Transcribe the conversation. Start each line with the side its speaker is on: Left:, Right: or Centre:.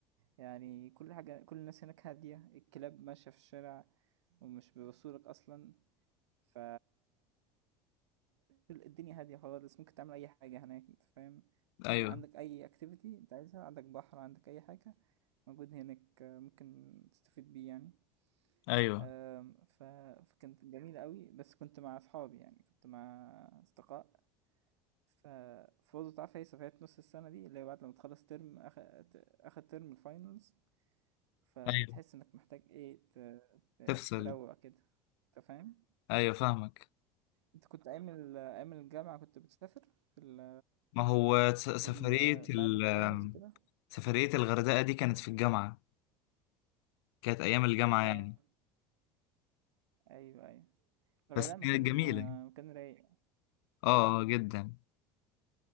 Right: يعني كل حاجه كل الناس هناك هاديه الكلاب ماشيه في الشارع ومش بيبصوا لك اصلا ف الدنيا هادية خالص ممكن تعمل أي حاجة هناك أنت فاهم
Left: ايوه
Right: عندك أي أكتيفيتي أنت عايزها عندك بحر عندك أي حاجة موجود هناك ممكن تستفيد بيه يعني
Left: ايوه
Right: أم، ف... فكانت جميلة قوي بس كنت مع أصحابي يعني كنت مع أصدقاء ف فوضى تعرف هي سفريات نص السنة دي اللي هي بعد لما تخلص ترم أخ... ت- آخر ترم الفاينلز فبتحس
Left: ايوه
Right: إنك محتاج إيه ت... ت...
Left: تفصل
Right: تروق كده أنت فاهم؟
Left: ايوه فاهمك
Right: انت كنت ايام ال- ايام الجامعة كنت بتسافر في ال
Left: ما هو س- سفرية
Right: في ال
Left: ال
Right: بعد الفاينلز كده
Left: سفرية الغردقة دي كانت في الجامعة كانت أيام الجامعة
Right: اه
Left: يعني
Right: ايوه ايوه الغردقة
Left: بس كانت
Right: مكان
Left: جميلة
Right: آه، مكان رايق
Left: اه
Right: ايوه
Left: آه، جدا